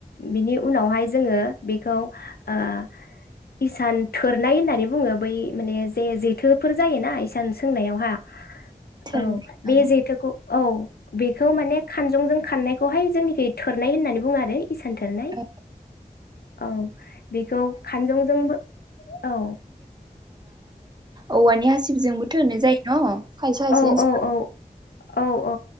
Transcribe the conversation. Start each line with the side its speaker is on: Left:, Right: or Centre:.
Left: बिनि। उनावहाय जोंङो बेखौ ओ हिसान थोरनाय होननानै बुंङो बै माने जे जेथोफोर जायोना इस। हिसान सोंनायावहा
Right: थोरनाय
Left: औ बे
Right: औ
Left: जेथोखौ। औ बेखौ माने। खानजंजों खाननायखौहाय जोंनिखि थोरनाय होननानै बुङो आरो इसानथोरनाय
Right: औ
Left: औ बेखौ खानजंजोंबो औ
Right: औवानिहासि जोंबो थोर जायो न खायसायसै
Left: औ औ औ औ औ